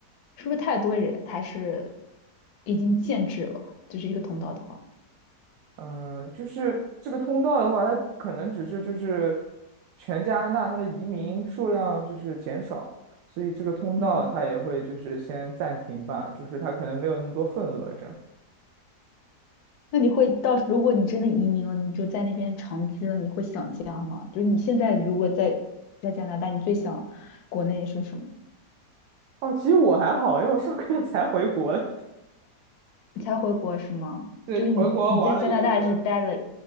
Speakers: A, on the left; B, on the right.
A: 是不是太多人还是已经限制了？就是一个通道的话，
B: 嗯，就是这个通道的话，它可能只是就是全加拿大它的移民数量就是减少，所以这个通道它也会就是先暂停吧，
A: 嗯。
B: 就是它可能没有那么多份额这样。
A: 那你会到时如果你真的移民了，你就在那边长居了，你会想家吗？就是你现在如果在在加拿大，你最想国内是什么？
B: 哦，其实我还好，因为我上个月才回国嘞，
A: 你才回国是吗？
B: <laughs> 对，
A: 就是你你在加拿大是待了
B: 回国玩了一个月，